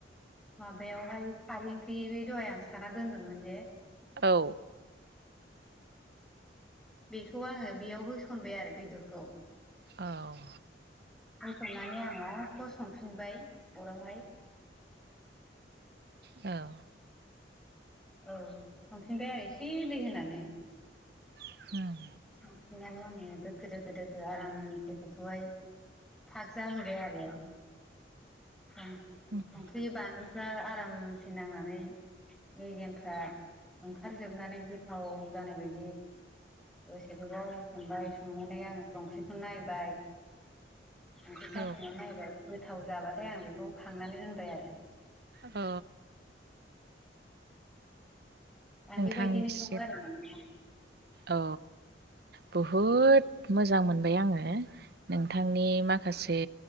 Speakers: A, in the centre; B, on the right (about 60°).
A: माबायावहाय खारै ओंख्रि बे दहाय आं साना दोनदोंमोन जे
B: औ
A: बेखौ आङो बेयाव होसनबाय आरो बेदरखौ
B: औ
A: होसननानै आङो आख' संफिनबाय अरावहाय
B: औ
A: औ संफिनबाय आरो एसे दै होनानै
B: उम
A: संफिननानै आङो दोखो दोखो दोखो आरामसे बेखौहाय फाग जाहोबाय आरो संख्रि,
B: उम
A: बानलुफ्रा आरामसे नांनानै मेजेमफ्रा ओंखारजोबनानै गोथाव जानाय बायदि दसे गोबाव संबाय संनानै आङो संख्रिखौ नायबाय आंथ
B: औ
A: साखनानै नायबाय गोथाव जाबाथाय आं बेखौ खांनानै दोनबाय आरो
B: अ।
A: आं बेबायदिनो
B: थांनिसिम
A: सङो आरो नोंथां
B: औ। बुहुद मोजां मोनबाय आङो नोंथांनि माखासे